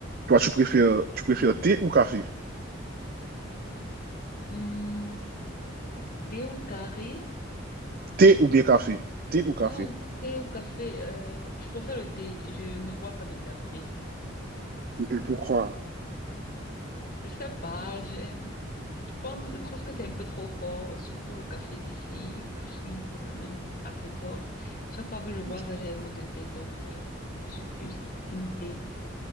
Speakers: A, on the right (about 50°); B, on the left (about 50°).
A: Toi, tu préfères, tu préfères thé ou café
B: Hmm, thé au carré.
A: Thé ou bien café Thé ou café
B: Oh, thé au café. euh, je préfère le thé. Je ne bois pas de café.
A: Et et pourquoi
B: Je sais pas. Je, je pense, je trouve que c'est un peu trop fort. Surtout le café d'ici où je suis, c'est quand même assez fort. Chaque fois que je bois
A: Ok.
B: ça, j'ai les maux de tête. Donc, euh, je suis plus team thé.